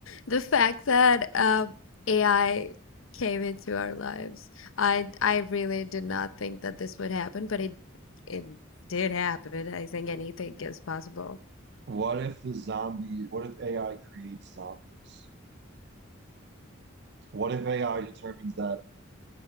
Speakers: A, on the left; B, on the right.
A: the fact that um AI came into our lives. I I really did not think that this would happen, but it it did happen. I think anything is possible.
B: What if the zombie, what if AI creates zombies? What if AI determines that